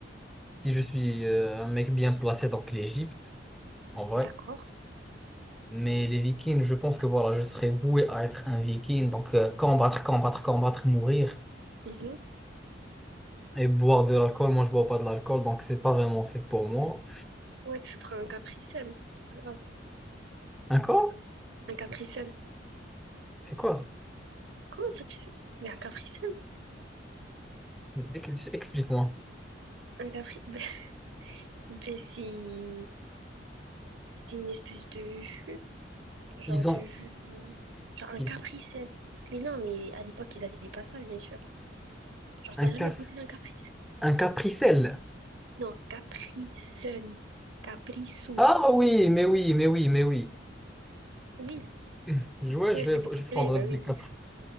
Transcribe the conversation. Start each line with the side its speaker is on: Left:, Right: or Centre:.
Centre: Si je suis euh, un mec bien placé, donc l'Égypte, en vrai.
Right: d'accord.
Centre: Mais les Vikings, je pense que voilà, je serais voué à être un Viking. Donc, euh, combattre, combattre, combattre, mourir.
Right: Mhm.
Centre: Et boire de l'alcool, moi, je bois pas de l'alcool, donc c'est pas vraiment fait pour moi.
Right: Ouais, tu prends un capricène, c'est pas grave.
Centre: Un corps?
Right: Un capricène.
Centre: C'est quoi?
Right: Comment ça tu... sais? Mais un capricène?
Centre: ça Ex- Explique-moi.
Right: Un capri... <laughs> Ben, ben, c'est... C'est une espèce de jus, genre
Centre: Ils
Right: de
Centre: ont
Right: jus... Genre un
Centre: ils-
Right: capricène. Mais non, mais à l'époque, ils avaient pas ça, bien sûr. Genre,
Centre: un,
Right: t'as jamais
Centre: caf
Right: goûté un capricène?
Centre: un capricelle.
Right: Non, capricène. Capricène.
Centre: Ah oui, mais oui, mais oui, mais oui.
Right: Oui,
Centre: Je- Ouais,
Right: ouais,
Centre: je
Right: c'était
Centre: vais,
Right: pour rigoler,
Centre: je vais prendre
Right: bah
Centre: des
Right: oui.
Centre: capri,